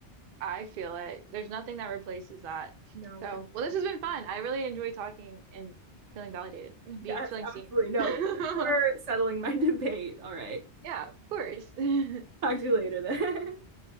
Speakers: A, on the right (about 60°); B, on the right (about 80°).
A: I feel it. There's nothing that replaces that.
B: No,
A: So,
B: for
A: well,
B: sure.
A: this has been fun. I really enjoy talking and feeling validated and being
B: Yes,
A: feeling seen.
B: absolutely. No,
A: <laughs>
B: thank you for settling my <laughs> debate. All right.
A: Yeah, of course. <laughs>
B: Talk to you later then. <laughs>